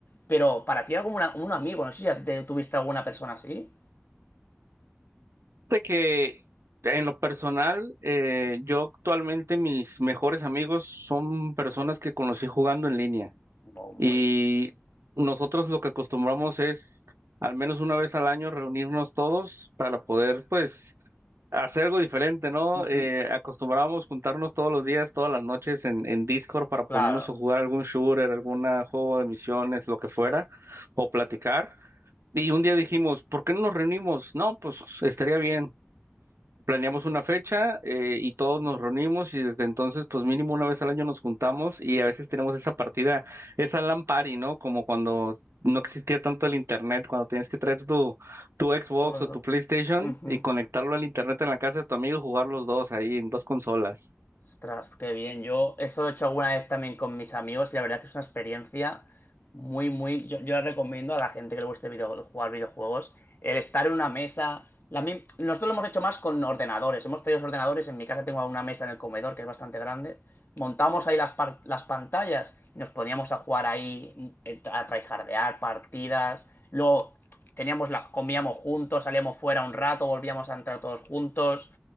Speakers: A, on the left (about 50°); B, on the right (about 80°).
A: pero para ti era como una- un amigo, no sé si ya te- tuviste alguna persona así.
B: De que en lo personal, eh, yo actualmente mis mejores amigos son personas que conocí jugando en línea.
A: Bo- muy
B: Y
A: bien.
B: nosotros lo que acostumbramos es al menos una vez al año reunirnos todos para poder, pues, hacer algo diferente, ¿no?
A: Ujú,
B: Eh, acostumbrábamos juntarnos todos los días, todas las noches en, en Discord para ponernos
A: Claro.
B: a jugar algún shooter, algún juego de misiones, lo que fuera,
A: eh,
B: o platicar. Y un día dijimos, ¿por qué no nos reunimos? No, pues estaría bien planeamos una fecha eh, y todos nos reunimos y desde entonces pues mínimo una vez al año nos juntamos y a veces tenemos esa partida, esa LAN party, ¿no? Como cuando no existía tanto el internet, cuando tenías que traer tu, tu Xbox
A: todo-
B: o tu PlayStation
A: ujú.
B: y conectarlo al internet en la casa de tu amigo y jugar los dos ahí en dos consolas.
A: Ostras, qué bien. Yo eso lo he hecho alguna vez también con mis amigos y la verdad que es una experiencia muy, muy... Yo, yo la recomiendo a la gente que le guste video- jugar videojuegos, el estar en una mesa... La mi- Nosotros lo hemos hecho más con ordenadores. Hemos traído los ordenadores. En mi casa tengo una mesa en el comedor que es bastante grande. Montamos ahí las, par- las pantallas y nos poníamos a jugar ahí, eh, a tryhardear partidas. Luego teníamos la... comíamos juntos, salíamos fuera un rato, volvíamos a entrar todos juntos.